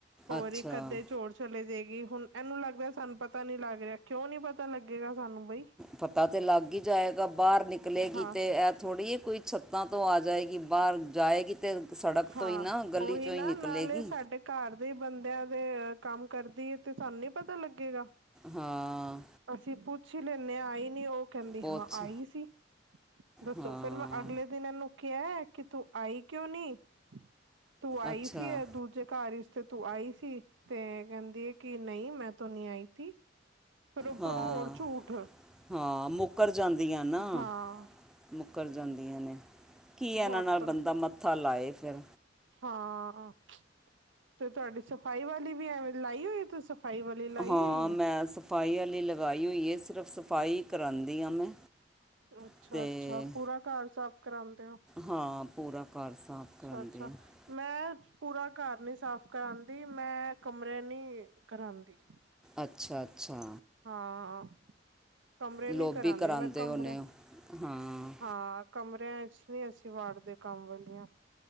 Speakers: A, on the right; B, in the centre.
A: ਹੋਰ
B: ਅੱਛਾ
A: ਇੱਕ-ਅੱਧੇ ਝੋ ਚਲੇ ਜੇਗੀ, ਹੁਣ ਇਹਨੂੰ ਲੱਗਦਾ ਸਾਨੂੰ ਪਤਾ ਨੀ ਲੱਗ ਰਿਹਾ, ਕਿਉਂਨੀ ਪਤਾ ਲੱਗੇਗਾ ਸਾਨੂੰ ਬਈ।
B: ਪਤਾ ਤੇ ਲੱਗ ਹੀ ਜਾਇਗਾ, ਬਾਹਰ ਨਿਕਲੇਗੀ
A: ਹਾਂ
B: ਤੇ ਐ ਥੋੜ੍ਹੀ ਏ, ਕੋਈ ਤਾਂ ਤੋਂ ਆ ਜਾਏਗੀ, ਬਾਹਰ ਜਾਏਗੀ ਤੇ ਸੜਕ
A: ਹਾਂ
B: ਤੋਂ ਹੀ ਨਾ ਗਲੀ'ਚੋਂ
A: ਉਹੀ ਨਾ
B: ਹੀ ਨਿਕਲੇਗੀ।
A: ਨਾਲੇ ਸਾਡੇ ਘਰ ਦੇ ਈ ਬੰਦਿਆਂ ਦੇ ਕੰਮ ਕਰਦੀ ਏ, ਤੇ ਤੁਹਾਨੂੰ ਨੀ ਪਤਾ ਲੱਗੇਗਾ।
B: ਹਾਂ।
A: ਅਸੀਂ ਪੁੱਛ ਹੀ ਲੀਂਨੇ ਆਂ, ਆਈ ਨਹੀਂ ਉਹ। ਕਹਿੰਦੀ,
B: ਪੁੱਛ
A: ਹਾਂ ਆਈ ਸੀ। ਦੱਸੋ,
B: ਹਾਂ
A: ਫਿਰ ਮੈਂ ਅਗਲੇ ਦਿਨ ਇਹਨੂੰ ਕਿਹਾ, ਕਿ, ਤੂੰ ਆਈ ਕਿਉਂ ਨਹੀਂ? ਤੂੰ ਆਈ
B: ਅੱਛਾ
A: ਸੀ ਦੂਜੇ ਘਰ ਇੱਚ ਤੇ ਤੂੰ ਆਈ ਸੀ ਤੇ, ਕਹਿੰਦੀ ਐ ਕਿ ਨਹੀਂ, ਮੈਂ ਤੋ ਨਹੀਂ ਆਈ ਥੀ, ਫਿਰ ਉਪਰੋਂ
B: ਹਾਂ
A: ਹੋਰ ਝੂਠ।
B: ਹਾਂ, ਮੁੱਕਰ ਜਾਂਦੀਆਂ ਨਾ,
A: ਹਾਂ
B: ਮੁੱਕਰ ਜਾਂਦੀਆਂ ਨੇ। ਕੀ ਇਹਨਾਂ
A: ਬਹੁਤ
B: ਨਾਲ ਬੰਦਾ, ਮੱਥਾ ਲਾਏ ਫਿਰ।
A: ਹਾਂ, ਤੇ ਤੁਹਾਡੀ ਸਫ਼ਾਈ ਵਾਲੀ ਵੀ ਐਵੇਂ, ਲਾਈ ਹੋਏ ਤੁਸੀਂ ਸ? ਸਫਾਈ ਵਾਲੀ, ਲਾਈ
B: ਹਾਂ
A: ਹੋਈ ਏ?
B: ਮੈਂ ਸਫਾਈ ਵਾਲੀ ਲਗਾਈ ਹੋਈ ਏ, ਸਿਰਫ ਸਫਾਈ ਹੀ ਕਰਾਂਦੀ ਹਾਂ ''ਮੈਂ।
A: ਅੱਛਾ-ਅੱਛਾ,
B: ਅਤੇ
A: ਪੂਰਾ ਘਰ ਸਾਫ਼ ਕਰਾਉਂਦੇ ਓ?
B: ਹਾਂ, ਪੂਰਾ। ਘਰ ਸਾਫ਼
A: ਅੱਛਾ-ਅੱਛਾ।
B: ਕਰਾਉਂਦੇ ਹਾਂ
A: ''ਮੈਂ ਪੂਰਾ ਘਰ ਨੀ ਸਾਫ਼ ਕਰਾਂਦੀ। ''ਮੈਂ ਕਮਰੇ ਨੀ ਕਰਾਂਦੀ।
B: ਅੱਛਾ-ਅੱਛਾ।
A: ਹਾਂ, ਕਮਰੇ
B: ਲੋਬੀ
A: ਨੀ ਕਰਾਂਦੀ,
B: ਕਰਾਉਂਦੇ
A: ਮੈਂ ਕਮਰੇ
B: ਹੋਣੇ ਹੋ ਹਾਂ
A: ਹਾਂ। ਕਮਰਿਆਂ'ਚ ਨਹੀ ਅਸੀਂ ਵਾੜਦੇ, ਕੰਮ ਵਾਲੀਆਂ।